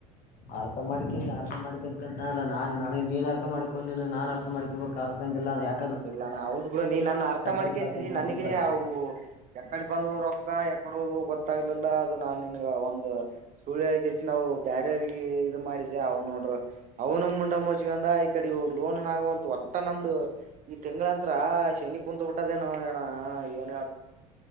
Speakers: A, on the left; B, on the right.
A: ಅರ್ಥ ಮಾಡ್ಕ ಅರ್ಥ ಮಾಡ್ಕ ಅನ್ಕಂತಾನಲ್ಲ ನಾನ್ ನನಗ್ ನೀನ್ ಅರ್ಥ ಮಾಡ್ಕೊಂಡೀನ್ ನಾನ್ ಅರ್ಥ ಮಾಡ್ಕಬೇಕ ಅದ <unintelligible> ಯಾಕ್
B: ಇಲ್ಲ ನ ಹೌದ್ ಬಿಡ ನೀ ನನ್ನ ಅರ್ಥ ಮಾಡ್ಕೇಂತೀನಿ
A: ಬರ್ಬೇಕಂತ ಬಂದ್ಕಂದ್ರ
B: ನನಗೆ ಅವು ಯಕಡೆ ಬಂದುವೋ ರೊಕ್ಕ ಯಕ ಹೊದುವೋ ಗೊತ್ತಾಗಲಿಲ್ಲ ಅದ ನಾನ್ ನಿನ್ಗ ಒಂದ ಸುಳ್ಳ ಹೆಲ್ಕೇಶಿಂದ ಅವು ಬ್ಯಾರೆರಿಗ ಇದು ಮಾಡಿದ ಅವ್ನ್ ನೋಡ್ರ ಅವ್ನು ಮುಂಡ ಮುಚ್ಕೊಂಡ್ ಈ ಕಡೆ ಇವು ಲೋನ್ ನೂ ಆಗವಲ್ತ್ ಒಟ್ಟ ನಂದು ಈ ತಿಂಗಳಂತ್ರ ಶನಿ ಕುಂತ್ ಬಿಟ್ಟದೇನೋ ಏಣ ಏನ